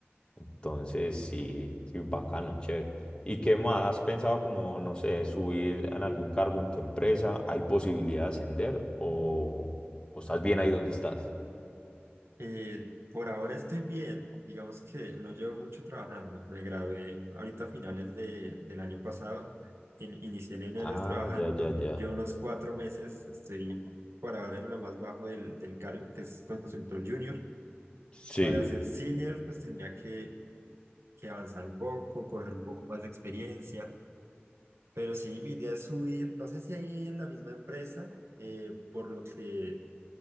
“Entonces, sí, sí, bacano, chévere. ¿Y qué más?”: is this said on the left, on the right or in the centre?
Left